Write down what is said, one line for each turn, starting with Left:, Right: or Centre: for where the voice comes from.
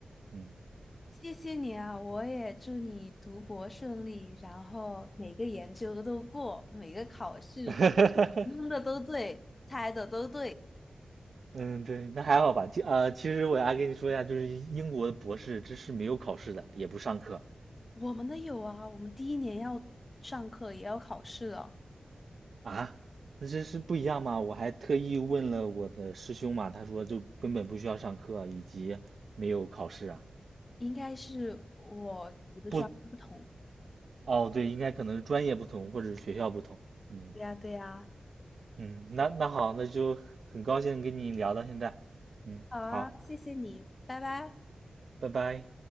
Right: 嗯。
Left: 谢谢你啊，我也祝你读博顺利，然后每个研究都过，每个考试
Right: <laughs>
Left: 蒙的都对，猜的都对。
Right: 嗯，对，那还好吧。其呃，其实我要跟你说一下，就是英国的博士，这是没有考试的，也不上课。
Left: 我们的有啊，我们第一年要上课，也要考试了，
Right: 啊，那这是不一样吗？我还特意问了我的师兄嘛，他说就根本不需要上课，以及没有考试啊。
Left: 应该是我读的专业不同。
Right: 不，哦，对，应该可能是专业不同，或者是学校不同。嗯
Left: 对呀，对呀，
Right: 嗯，那那好，那就很高兴跟你聊到现在。嗯，
Left: 好啊，
Right: 好，
Left: 谢谢你，拜拜。
Right: 拜拜。